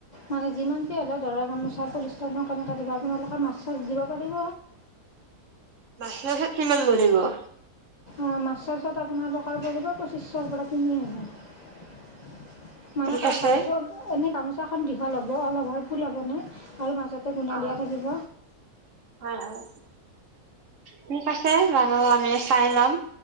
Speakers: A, on the left; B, on the right.
A: মানে যিমান যি হ'লেও দৰা গামোচা পলিষ্টাৰটো <unintelligible> কেনেকৈ দিব আপোনালোকে মাছ চাছ দিব পাৰিব
B: মাখ মাখত <unintelligible> কিমান মনব <unintelligible>
A: অঁ মাছ চাছত আপোনাৰ টকাৰ পৰিব পঁচিছশৰ পৰা তিনি হাজাৰ মানে
B: ঠিক
A: ক
B: আছে
A: কামচো এনেই কাম চকখন দীঘল হ'ব অলপ আৰু ফুল হ'ব ন আৰু মাাজতে গুণা
B: অ
A: দিয়া থাকিব
B: হয় হয় ঠিক আছে বাৰু আমি চাই লম